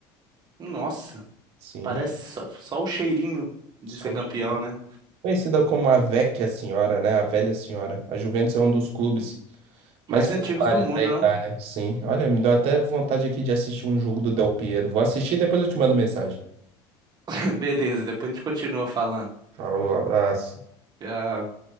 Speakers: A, on the right (about 40°); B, on the right (about 65°).
A: Nossa,
B: Sim.
A: parece só, só o cheirinho de
B: Só
A: ser
B: os-
A: campeão, né?
B: Conhecida como a Vecchia Senhora, né? A Velha Senhora. A Juventus é um dos clubes mais
A: Mais
B: populares
A: antigos do mundo,
B: da Itália,
A: não?
B: sim. Olha, me deu até vontade aqui de assistir um jogo do Del Piero. Vou assistir e depois eu te mando mensagem.
A: <laughs> Beleza, depois a gente continua falando.
B: Falou, abraço.
A: Tchau.